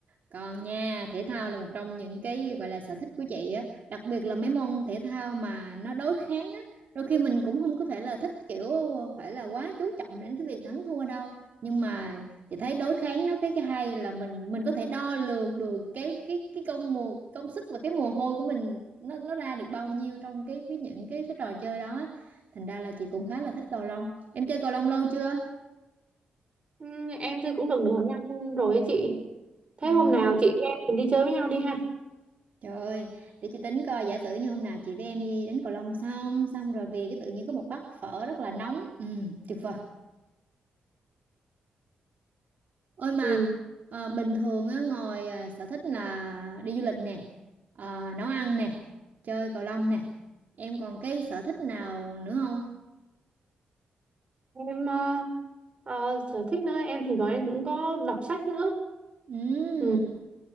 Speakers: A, on the right; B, on the right.
A: Còn nha, thể thao là một trong những cái gọi là sở thích của chị á, đặc biệt là mấy môn thể thao mà nó đối kháng á, đôi khi mình cũng không có phải là thích kiểu phải là quá chú trọng đến cái việc thắng thua đâu. Nhưng mà chị thấy đối kháng nó cái cái hay là mình mình có thể đo lường được cái cái cái công mồ công sức và cái mồ hôi của mình nó nó ra được bao nhiêu trong cái cái những cái cái trò chơi đó. á. Thành ra là chị cũng khá là thích cầu lông. Em chơi cầu lông lâu chưa?
B: Ừ, em chơi cũng được nửa năm rồi ấy chị. Thế
A: Ừ.
B: hôm nào chị em mình đi chơi với nhau đi ha.
A: Trời ơi, để chị tính coi giả sử như hôm nào chị với em đi đến Cầu Long xong xong rồi về cái tự nhiên có một bát phở rất là nóng. Ừ, tuyệt vời. Ôi mà
B: Ừ.
A: ờ, bình thường á ngồi à, sở thích là đi du lịch nè, ờ, nấu ăn nè, chơi Cầu Long nè. Em còn cái sở thích nào nữa không?
B: em ờ, ờ, sở thích nữa em thì nói em cũng có đọc sách nữa
A: Ừ,
B: ừ,